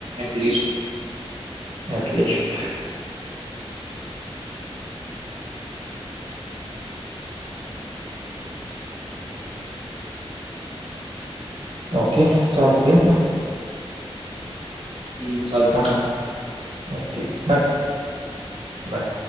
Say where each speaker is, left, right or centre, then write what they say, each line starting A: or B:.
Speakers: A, on the right; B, on the right.
A: ऍटलिस्ट
B: एटलिस्ट. ओके चालते मग
A: हम्म चालते.
B: हा हा ओके बाय बाय.